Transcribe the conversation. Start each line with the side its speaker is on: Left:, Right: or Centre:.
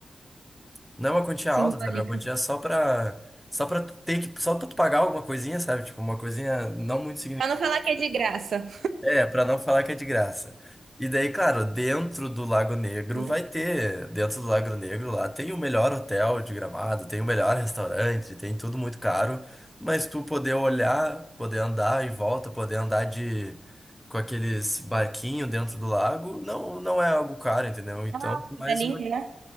Centre: não é uma quantia
Right: Simbólica.
Centre: alta, sabe? É uma quantia só para só para ter que só pra tu pagar alguma coisinha, sabe? Tipo, uma coisinha não muito
Right: Pra não falar que é de graça.
Centre: é, pra não falar que é de graça. E daí, claro, dentro do Lago Negro
Right: Entendi.
Centre: vai ter, dentro do Lago Negro lá tem o melhor hotel de Gramado, tem o melhor restaurante, tem tudo muito caro, mas tu poder olhar, poder andar em volta, poder andar de com aqueles barquinhos dentro do lago, não não é algo caro, entendeu? Então,
Right: Ah, o
Centre: é
Right: fio
Centre: mais
Right: da linha,
Centre: uma,
Right: né?